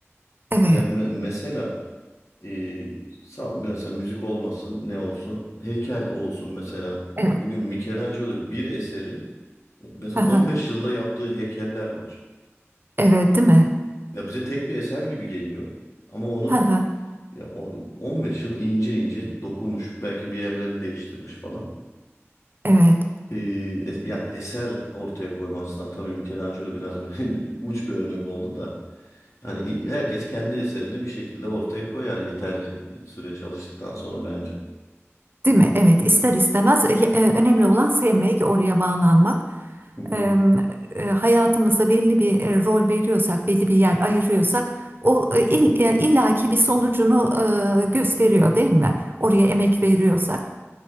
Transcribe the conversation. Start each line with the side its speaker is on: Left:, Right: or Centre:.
Right: Evet.
Left: Ya me- mesela e, sağ ol, mesela müzik olmasın ne olsun heykel olsun mesela.
Right: Evet.
Left: Bugün Michelangelo bir eseri mesela
Right: Aha,
Left: 15 yılda yaptığı heykeller var.
Right: Evet, değil mi?
Left: Ya bize tek bir eser gibi geliyor ama onu
Right: Aha,
Left: ya o 15 yıl ince ince dokunmuş belki bir yerlerini değiştirmiş falan.
Right: Evet.
Left: E, es- yani eser ortaya koyma açısından tabii Michelangelo biraz <laughs> ben, uç bir örnek oldu da. Hani herkes kendi eserini bir şekilde ortaya koyar yeterli süre çalıştıktan sonra bence.
Right: Değil mi? Evet, ister istemez e, e, önemli olan sevmek, oraya bağlanmak.
Left: Hı hı.
Right: E, e, hayatımızda belli bir e, rol veriyorsak, belli bir yer ayırıyorsak, o e, il- e, illaki bir sonucunu e, gösteriyor, değil mi? Oraya emek veriyorsak.